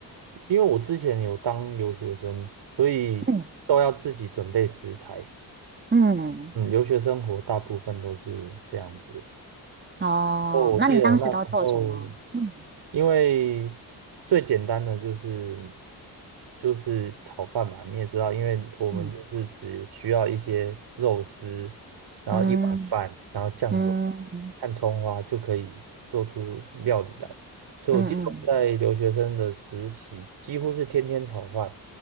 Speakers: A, on the right; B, on the right.
A: 因为我之前有当留学生，所以都要自己准备食材。
B: 嗯嗯，
A: 嗯，留学生活大部分都是这样子。
B: 哦，
A: 哦，我记得我那时候，
B: 那你当时都做什么？嗯
A: 因为最简单的就是就是炒饭嘛，你也知道，因为我们就是只需要一些肉丝，
B: 嗯
A: 然后一碗饭，
B: 嗯
A: 然后酱油
B: 嗯
A: 和葱花就可以做出料理来。所以我记得我在留学生的时期，
B: 嗯嗯
A: 几乎是天天炒饭，